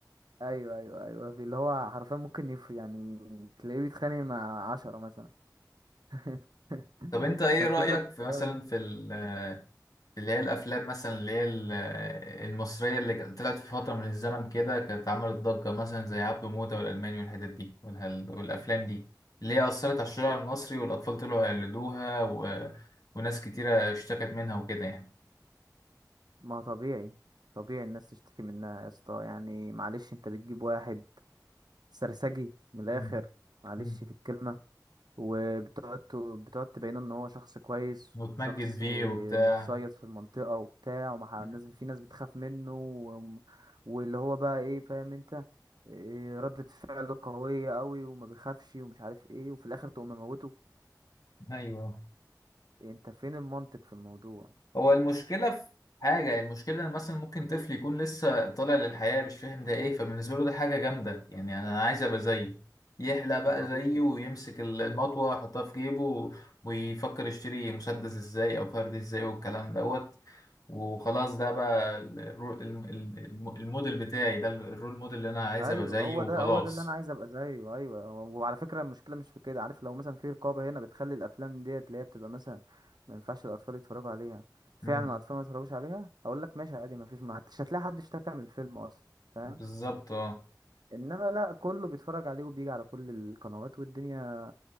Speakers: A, on the right; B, on the left.
A: ايوه ايوه ايوه في اللي هو حرفيا ممكن يف... يعني تلاقيه بيتخانق مع عشرة مثلا <laughs>
B: طب انت ايه
A: فالفكرة
B: رأيك في مثلا
A: كلها-
B: في ال- في اللي هي الافلام مثلا اللي هي ال- المصرية اللي كانت طلعت في فترة من الزمن كده كانت عملت ضجة مثلا زي عبده موتة والالماني والحتت دي والهل- والافلام دي اللي هي اثرت على الشارع
A: إيه،
B: المصري والاطفال طلعوا يقلدوها و... وناس كتيرة اشتكت منها وكده يعني
A: ما طبيعي طبيعي الناس تشتكي منها يا اسطى يعني معلش انت بتجيب واحد سرسجي من الآخر
B: مم.
A: معلش
B: مم.
A: في الكلمة وبتقعد ت- بتقعد تبينه ان هو شخص كويس
B: وتمجد
A: وشخص
B: فيه وبتاع
A: متصيد في المنطقة وبتاع ومع
B: مم.
A: الناس في ناس بتخاف منه وم- والل هو بقى ايه فاهم انت إيه ردة فعله قوية قوي وما بيخافش ومش عارف ايه وفي الاخر تقوم مموته
B: ايوه
A: انت فين المنطق في الموضوع
B: هو المشكلة في حاجة يعني المشكلة إن مثلا ممكن طفل يكون لسه طالع للحياة مش فاهم ده إيه فبالنسبة له ده حاجة جامدة يعني أنا عايز أبقى زيه يحلى بقى
A: ما طبيعي
B: زيه ويمسك ال- المطوة يحطها في جيبه و- ويفكر يشتري مسدس إزاي أو فرد إزاي والكلام دوت وخلاص ده بقى ال- الرو- الم- الم- الموديل بتاعي ده ال- الرول موديل اللي أنا عايز
A: ايوه
B: أبقى زيه
A: هو
B: وخلاص
A: ده هو ده اللي انا عايز ابقى زيه ايوه وعلى فكره المشكله مش في كده عارف لو مثلا في رقابه هنا بتخلي الافلام ديت اللي هي بتبقى مثلا ما ينفعش الاطفال يتفرجوا عليها فعلا
B: مم.
A: الاطفال ما يتفرجوش عليها اقول لك ماشي عادي ما فيش ما حدش هتلاقي حد اشتكى من الفيلم اصلا فاهم
B: بالظبط اه
A: انما لا كله بيتفرج عليه وبيجي على كل القنوات والدنيا